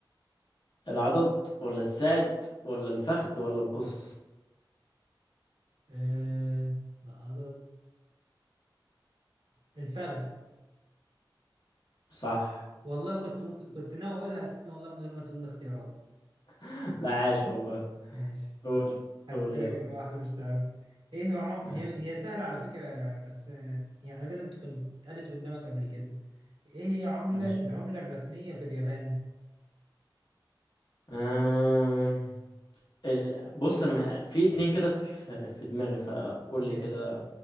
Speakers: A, on the left; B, on the right.
A: العضد ولا الساعد ولا الفخذ ولا القص
B: أه... لا، عدد- الفخذ
A: صح
B: والله كنت ممكن كنت ناوي اقولها اساسا والله من غير ما تقول لي اختيارات
A: <laughs> لا عاش والله
B: ماشي
A: قول
B: هسألك
A: قول يلا
B: أنا بقى واحدة مش تعرف إيه هو عم-
A: آه،
B: هي هي سهلة على فكرة بس آه، يعني لازم تكون اتقالت قدامك قبل كده إيه هي عملة
A: ماشي
B: العملة الرسمية في اليابان؟
A: آه. ال... بص انا مح... في اتنين كده في في دماغي فقول
B: ماشي
A: لي كده